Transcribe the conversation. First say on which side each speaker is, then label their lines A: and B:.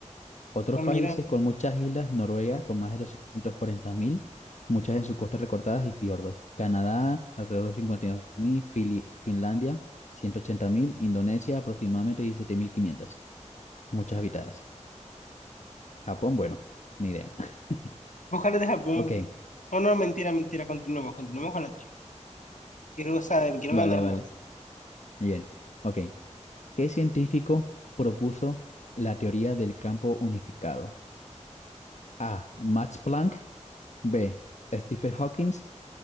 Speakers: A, on the left; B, on the left.
A: Otros
B: Ah, mira.
A: países con muchas islas, Noruega con más de 240.000, muchas en sus costas recortadas y fiordos. Canadá, alrededor de 52.000, Fili- Finlandia, 180.000; Indonesia, aproximadamente 17.500, muchas habitadas. Japón, bueno, ni idea. <laughs>
B: Ojalá deja bombo.
A: Ok,
B: No, no, mentira, mentira. Continuemos, continuemos con la trivia. Quiero saber, quiero
A: vale,
B: ganar
A: vale,
B: más.
A: bien. Ok, ¿qué científico propuso la teoría del campo unificado? A. Max Planck, B. Stephen Hawking,